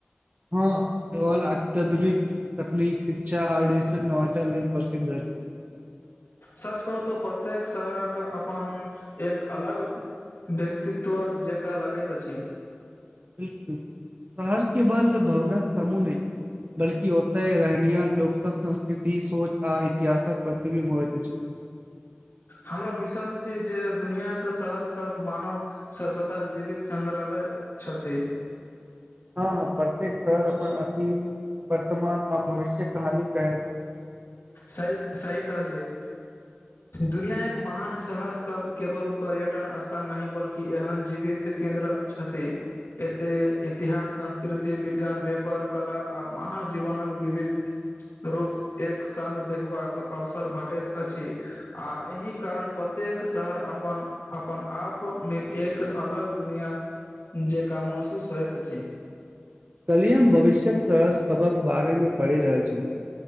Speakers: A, on the right; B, on the left.
A: हँ सेल अत्यधुनिक तकनीक शिक्षा आर नवचार लेल प्रसिद्ध अछि। <unintelligible>
B: सच कहू तऽ प्रत्येक शहरक अपन एक अलग। व्यक्तित्व जेकाँ लागैत अछि।
A: बिल्कुल, शहर केवल भवनक समूह नहि। बल्कि ओतहि रहनियार लोकसभ संस्कृति सोच आ इतिहासक प्रतिबिंब होयत अछि।
B: हमरा विश्वास छै जे दुनिया। शहर सब मानव सभ्यता के जीवित संग्रहालय। छथि
A: हँ प्रत्येक शहर। पर अथी वर्तमान आ भविष्य कहानी कैद।
B: सही, सही कहलियै। दुनिया एक महान शहर सब केवल पर्यटन स्थान नहि बल्कि एहन जीवित। केंन्द्र छथि, एतय इतिहास, संस्कृति, विज्ञान, व्यापार कला आ म। मानव जीवन विविध रूप एक। सङ्ग देखबाक अवसर भेटैत अछि, आ एहि कारण प्रत्येक शहर अपन। अपन आप में एक अलग दुनिया जेका महसूस होइत अछि।
A: कलियम भविष्यक शहर सभक बारे में पढ़ि रहल छलॅहु।